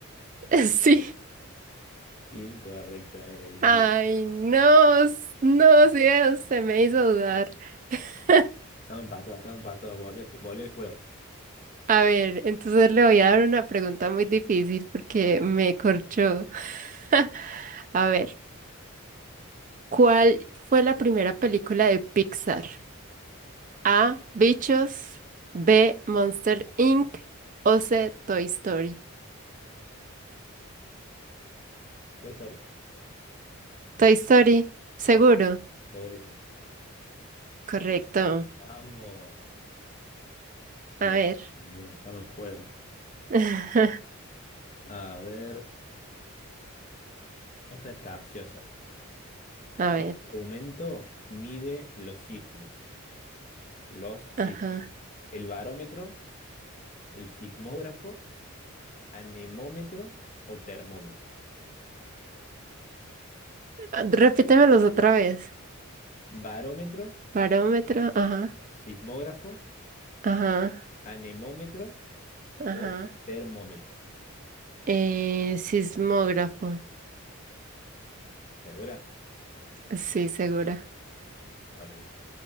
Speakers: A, on the right; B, on the left.
A: <laughs> Sí.
B: incorrecta, era India.
A: Ay, no, s- no, sí, se me hizo dudar. <laughs>
B: Estaba empatado, estaba empatado. Volvió, volvió el juego.
A: A ver, entonces le voy a dar una pregunta muy difícil porque
B: Oh,
A: me corchó. <laughs> A ver, ¿cuál fue la primera película de Pixar? A. Bichos. B. Monster Inc. o C. Toy Story.
B: Toy Story.
A: Toy Story, seguro.
B: Sí, segurísimo.
A: Correcto.
B: Vamos. Bien,
A: A ver.
B: bien, estamos en juego.
A: <laughs>
B: A ver, esta es capciosa.
A: A
B: ¿Qué
A: ver,
B: instrumento mide los sismos? Los sismos.
A: ajá.
B: ¿El barómetro, el sismógrafo, anemómetro o termómetro?
A: Ah, Repítemelos otra vez.
B: Barómetro,
A: Barómetro, ajá,
B: sismógrafo,
A: ajá,
B: anemómetro
A: ajá.
B: o termómetro.
A: Eh, sismógrafo,
B: ¿Segura?
A: sí, segura.
B: Correcto.